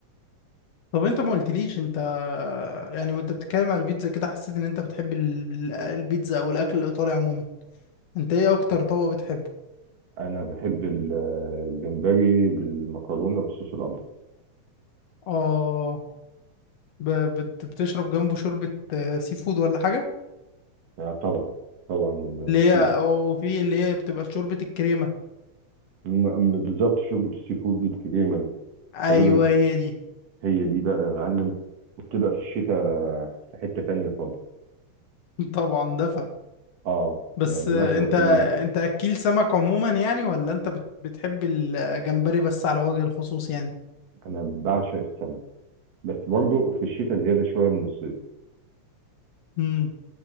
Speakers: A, on the left (about 60°); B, on the right (about 60°).
A: طب انت ما قلتليش انت يعني وانت بتتكلم على البيتزا كده حسيت ان انت بتحب ال- ال- البيتزا او الاكل الايطالي عموما انت ايه اكتر طبق بتحبه
B: أنا بحب ال- الجمبري بالمكرونة بالصوص الأبيض
A: اه ب- بت- بتشرب جنبه شوربة آه، سي فود ولا حاجة
B: لا طبعا طبعا آه،
A: اللي
B: شوربة
A: هي وفي اللي هي بتبقى شوربة الكريمة
B: م- م- بالظبط شوربة السي فود بالكريمة
A: ايوه
B: غالبا
A: هي دي
B: هي دي بقى يا معلم وبتبقى في الشتاء في حتة تانية خالص
A: <laughs> طبعا دفع
B: اه
A: بس
B: يعني
A: انت
B: مهما كانت
A: انت اكيل سمك عموما يعني ولا انت بت- بتحب الجمبري بس على وجه الخصوص يعني
B: أنا بعشق السمك بس برضه في الشتاء زيادة شوية من الصيف
A: امم